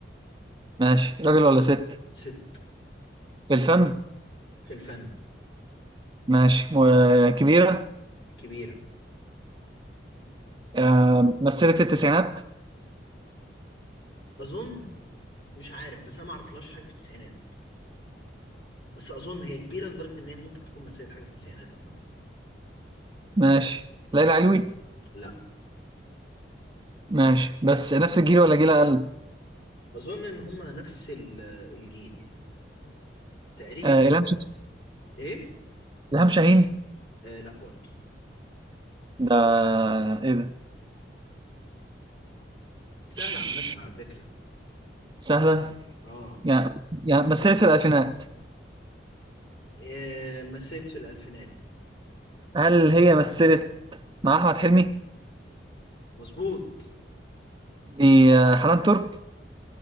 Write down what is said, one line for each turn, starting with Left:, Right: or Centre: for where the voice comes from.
Right: ماشي راجل ولا ست
Left: ست
Right: في الفن
Left: في الفن
Right: ماشي وكبيره
Left: كبيرة
Right: آه. مثلت التسعينات
Left: أظن مش عارف بس أنا ما أعرفلهاش حاجة في التسعينات بس أظن هي كبيرة لدرجة إن هي ممكن تكون مثلت حاجة في التسعينات عامة
Right: ماشي ليلى علوي
Left: لا
Right: ماشي بس نفس الجيل ولا جيل اقل
Left: أظن إن هما نفس ال- الجيل يعني تقريبا
Right: آه. الهام شه-
Left: إيه؟
Right: الهام شاهين
Left: آه لا برضو
Right: ده ايه ده
Left: سهلة
Right: تش-
Left: عامة على فكرة
Right: سهله
Left: آه,
Right: يعني يعني مثلت في الالفينات
Left: آه مثلت في الألفينات
Right: هل هي مثلت مع احمد حلمي
Left: مظبوط
Right: دي آه، حنان ترك